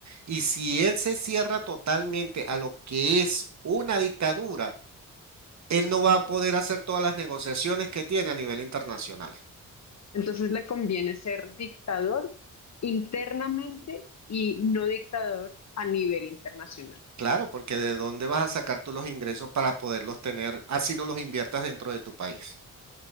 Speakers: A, on the right; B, on the left.
A: Y si él se cierra totalmente a lo que es una dictadura, él no va a poder hacer todas las negociaciones que tiene a nivel internacional.
B: Entonces le conviene ser dictador internamente y no dictador a nivel internacional.
A: Claro, porque ¿de dónde vas a sacar tú los ingresos para poderlos tener, así no los inviertas dentro de tu país?